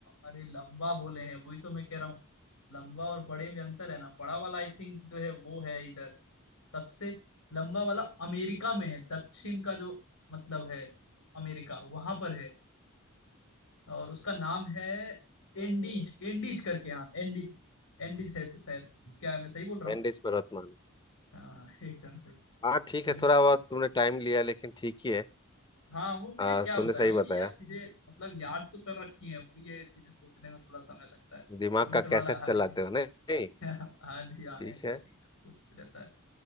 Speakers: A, on the left (about 80°); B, on the left (about 20°).
A: अरे लंबा बोले हैं वही तो मैं कह रहा हूँ लंबा और बड़े में अंतर है ना बड़ा वाला आई थिंक जो है वो है इधर सबसे लंबा वाला अमेरिका में है दक्षिण का जो मतलब है अमेरिका वहां पर है और उसका नाम है एंडीज एंडीज करके हाँ एंडीज एंडीज है शायद क्या मैं सही बोल रहा हूँ
B: एंडीज पर्वतमाला
A: हाँ एकदम सही
B: हाँ ठीक
A: चलिए
B: है थोड़ा बहुत तुमने टाइम लिया लेकिन ठीक ही है
A: हाँ वो भैया
B: आ,
A: क्या होता
B: तुमने सही
A: है ना
B: बताया
A: कि यार चीजें मतलब याद तो कर रखी है वो ये चीजें सोचने में थोड़ा समय लगता है
B: दिमाग
A: हिंट
B: का
A: वाला
B: कैसेट
A: हालांकि
B: चलाते
A: <laughs>
B: हो नहीं
A: हाँ जी हाँ
B: ठीक
A: एकदम
B: है
A: एकदम कुछ रहता है